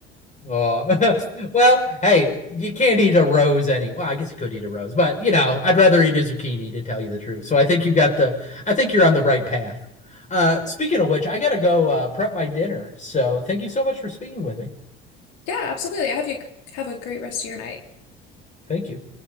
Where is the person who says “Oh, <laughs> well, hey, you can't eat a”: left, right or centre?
Left